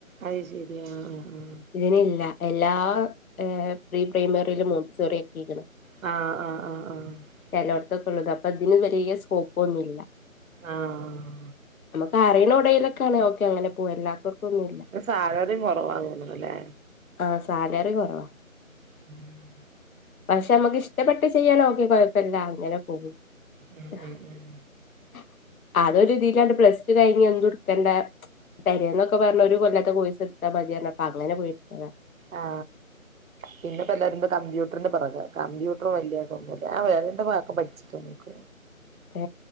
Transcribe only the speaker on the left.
ഇതിനില്ല. എല്ലാ ഏഹ പ്രീ പ്രൈമറിയിലും മോണ്ടിസോറി ആക്കീക്ക്ണ്
ചെലോട്ത്തൊക്കെ ഉള്ളത് അപ്പൊ ഇതിന് വലിയ സ്കോപ്പൊന്നുല്ല
നമുക്ക് അറിയണ എവിടേലും ക്കെ ആണേ ഓക്കെ അങ്ങനെ പോവും അല്ലാത്തോട്ത്തൊന്നുല്ല
ആ സാലറി കുറവാ.
പക്ഷെ നമ്മുക്ക് ഇഷ്ടപ്പെട്ട് ചെയ്യണേ ഓകെ കുഴപ്പമില്ല, അങ്ങനെ പോകും.
ആ <unintelligible>
അതൊരു ഇതിൽ ആയോണ്ട് പ്ലസ് ടു കഴിഞ്ഞ എന്ത എടുക്കേണ്ട, പേരെന്നൊക്കെ പറഞ്ഞു ഒരു കൊല്ലത്ത കോഴ്സ് എട ത്ത മത്യർന്നു അപ്പ അങ്ങനെ പോയി എടുത്തത..
ഏ